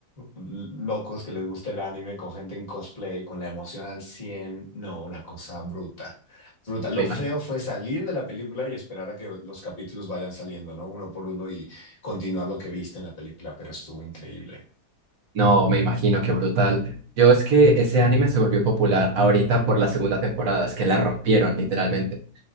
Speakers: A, on the left; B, on the right.
A: locos que les gusta el anime, con gente en cosplay, con la emoción al cien No, una cosa bruta. Bruta. Lo
B: Me imagino.
A: feo fue salir de la película y esperar a que los capítulos vayan saliendo, ¿no? Uno por uno y continuar lo que viste en la película, pero estuvo increíble.
B: No, me imagino, qué brutal. Yo es que ese anime se volvió popular ahorita por la segunda temporada, es que la rompieron, literalmente.